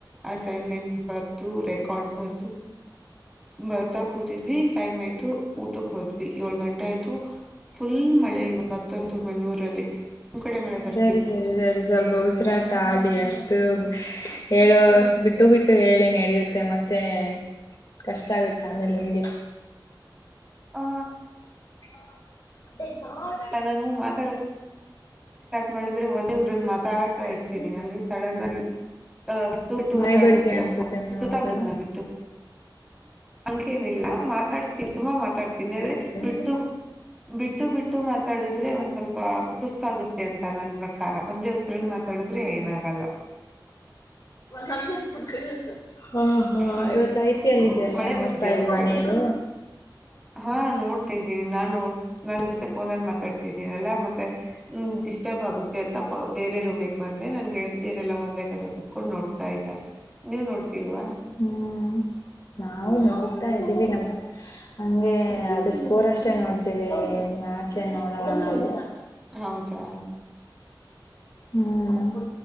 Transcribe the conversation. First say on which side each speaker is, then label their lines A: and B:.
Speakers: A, in the centre; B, on the left.
A: ಅಸೈನ್ಮೆಂಟ್ ಬರ್ದು ರೆಕಾರ್ಡ್ ಬರ್ದು. ಬರ್ತಾ ಕೂತಿದ್ವಿ ಟೈಮ್ ಆಯ್ತು ಊಟಕ್ಕೆ ಹೋದ್ವಿ ಏಳ್ ಗಂಟೆ ಆಯ್ತು. ಫುಲ್ ಮಳೆ ಇವತ್ತೊಂತು ಬೆಂಗಳೂರಲ್ಲಿ ನಿ ಕಡೆ ಮಳೆ ಬರ್ತದೆ
B: ಸರಿ ಸರಿ ಸರಿ ಸ್ವಲ್ಪ ಉಸಿರಾತ <unintelligible> ತಾಡಿ ಅಷ್ಟು ಹೇಳೋ ಬಿಟ್ಟು ಬಿಟ್ಟು ಹೇಳಿ ನಡೆಯುತ್ತೆ ಮತ್ತೆ ಕಷ್ಟ ಆಗುತ್ತೆ ಆಮೇಲೆ ನಿಮ್ಗೆ
A: ಆ <inaudible>
B: ಗಾ <inaudible> ಿದ್ರೆ
A: ನಾನು ಮಾತಾಡಕ್ ಸ್ಟಾರ್ಟ್ ಮಾಡಿದ್ರೆ ಒಂದೇ ಊರಲ್ಲಿ ಮಾತಾಡ್ತಾ
B: ಒಂದು <unintelligible>
A: ಅಂದ್ರೆ ಸಡನ್ ಅಲ್ಲಿ <unintelligible> ಬಿಟ್ಟುಟು
B: ಬಾಯಿ
A: <unintelligible> ಮಾತಾ
B: ಬಡಿಕೆ ಅನ್ಸುತ್ತೆ
A: ಅಪ್ಪ
B: ನೀವು
A: ಸುತ್ತ
B: ಹೌದಲ್ಲ
A: ಆಡತ್ನ ಬಿಟ್ಟು ಅಂಕೇನಿಲ್ಲ ಮಾತಾಡ್ತೀನಿ ತುಂಬಾ ಮಾತಾಡ್ತೀನಿ ಆದ್ರೆ <unintelligible>
B: ಜ <inaudible> <inaudible>
A: ಬಿಟ್ಟು ಬಿಟ್ಟು ಮಾತಾಡಿದ್ರೆ ಒಂದ್ ಸ್ವಲ್ಪ ಸುಸ್ತಾಗುತ್ತೆ ಅಂತ ನನ್ ಪ್ರಕಾರ ಒಂದೇ ಉಸರಲ್ಲಿ ಮಾತಾಡಿದ್ರೆ ಏನಾಗಲ್ಲ
B: ನ ಪುಡ್ಕಸ <inaudible> ಹಾ- ಹಾ
A: ಫುಲ್
B: ಇವತ್ ಐ ಪಿ ಅಲ್ಲಿ ಇದ ಅಲ್ವಾ
A: ಮಳೆ
B: ನೋಡ್ತಾ
A: ಬರ್ತಿದ್ಯಾ
B: ಇಲ್ವಾನೇ
A: ನಿಮ್ ಕಡೆ
B: ನೀವು.
A: ಹಾ -ನೋಡ್ತಾ ಇದಿದ್ದೀನಿ ನಾನ್- ನೋ ನನ್ ಜೊತೆ ಫೋನಲ್ಲಿ ಮಾತಾಡ್ತಿದ್ದೀನಲ್ಲಾ ಮತ್ತೆ ಹ ಡಿಸ್ಟರ್ಬ್ ಆಗುತ್ತೆ ಅಂತ. ಬೇರೆ ರೂಮಿಗೆ ಬಂದೆ ನನ್ ಗೆಳತಿಯರೆಲ್ಲಾ ಒಂದೇ ಕಡೆ ಕುೂತ್ಕೊಂಡು ನೋಡ್ತಾ ಇದ್ದಾರೆ. ನೀವು ನೋಡ್ತಿಲ್ವಾ.
B: ಹ್ಮ್ -ನಾವು ನೋಡ್ತಾ ಇದ್ದೀವಿ ನಮ್ ಹಂಗೆ ಅದ ಸ್ಕೋರ್ ಅಷ್ಟ. ಅಷ್ಟೆ ನೋಡ್ತೀವಿ ಮ್ಯಾಚೇ ನೋಡಲ್ಲ ನಾವು.
A: ಹೌದಾ
B: ಹ್ಮ್-